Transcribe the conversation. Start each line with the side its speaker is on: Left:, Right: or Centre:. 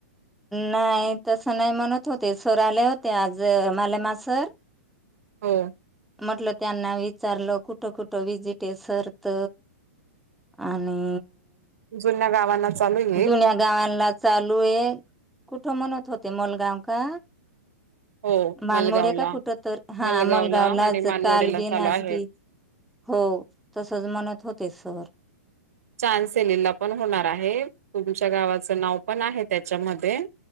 Centre: नाही तस नाही, म्हणत होते सर आले होते आज मलामा सर
Right: हो.
Centre: म्हटलं त्यांना विचारलं कुठ कुठं विजिटे सर त आणि
Right: जुन्या गावांना चालू आहे
Centre: जुन्या गावांना चालूये. कुठं म्हणत होते मुलगाव का?
Right: हो
Centre: मानमोडे
Right: मलगावला
Centre: का कुठ तर हा
Right: मलगावला
Centre: मलगावलाच
Right: आणि मानमोडेला
Centre: काल बी
Right: चालू
Centre: न
Right: आहे
Centre: आज बी हो तसच म्हणत होते सर.
Right: चानसेलीला पण होणार आहे, तुमच्या गावाचं नाव पण आहे त्याच्यामध्ये.